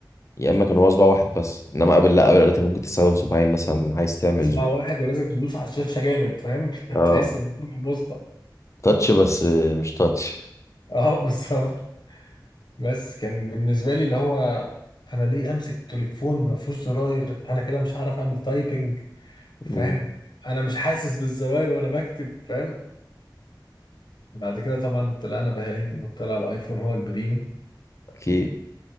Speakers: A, on the left; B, on the left.
A: يا اما كان هو صباع واحد بس انما قبل لا قبل قالت لك ممكن تستخدم صباعين مثلا عايز تعمل
B: 9
A: زور
B: واحد ولازم تدوس على الشاشه جامد فاهم <laughs>
A: اه
B: تحس ان في بوسطه
A: تاتش بس مش تاتش
B: اه بالظبط بس كان بالنسبه لي اللي هو انا ليه امسك تليفون ما فيهوش زراير انا كده مش هعرف اعمل تايبنج فاهم
A: مم.
B: انا مش حاسس بالزراير وانا بكتب فاهم بعد كده طبعا طلعنا بهايم وطلع الايفون هو البريم
A: اكيد